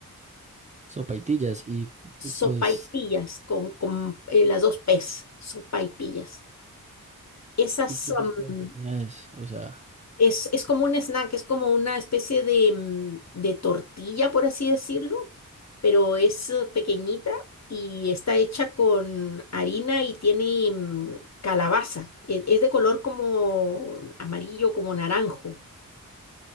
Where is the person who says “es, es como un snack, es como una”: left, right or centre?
Left